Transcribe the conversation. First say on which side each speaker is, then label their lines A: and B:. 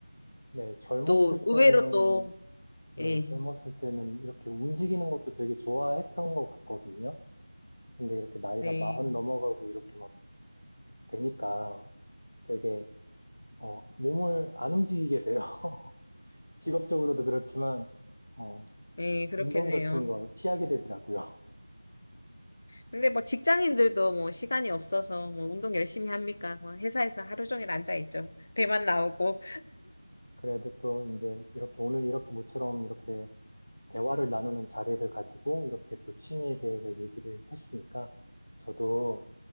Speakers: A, on the left; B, on the left.
A: 네, 젊었을
B: 또 의외로
A: 때는,
B: 또,
A: 네,
B: 예,
A: 젊었을 때는 이렇게 움직이는 것도 되게 좋아했던 것 같거든요. 근데 이렇게 나이가
B: 네,
A: 마흔 넘어가고 이렇게 막 되니까 되게 어, 몸을 안 움직이게 돼요. <laughs> 직업적으로도 그렇지만 어,
B: 네, 그렇겠네요.
A: 운동 같은 걸 피하게 되더라고요. <laughs>
B: 근데 뭐 직장인들도 뭐 시간이 없어서 뭐 운동 열심히 합니까? 뭐 회사에서 하루 종일 앉아 있죠. 배만 나오고.
A: 그래도 또 이제 이렇게 오늘 이렇게 모처럼 이렇게 대화를 나누는 자리를 가지고 이렇게 또 취미에 대해서 얘기를 했으니까 저도